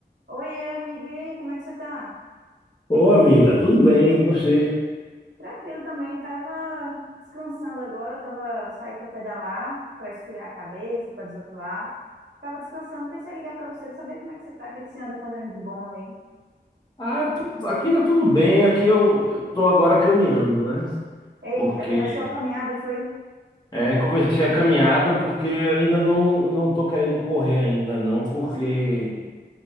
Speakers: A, on the right (about 85°); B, on the left (about 25°).
A: Oiê, amigo, e aí, como é que você tá?
B: Ô, amiga, tudo bem? E você?
A: Tranquilo também, tava descansando agora, tava saí para pedalar, para esfriar a cabeça, para desopilar. Tava descansando, pensei em ligar para você para saber como é que você tá, o que que você anda fazendo de bom aí.
B: Ah, tu- aqui tá tudo bem. Aqui eu eu tô agora caminhando, né?
A: Eita,
B: Porque
A: começou a caminhada, foi?
B: é, comecei a caminhada porque eu ainda não não tô querendo correr ainda não, porque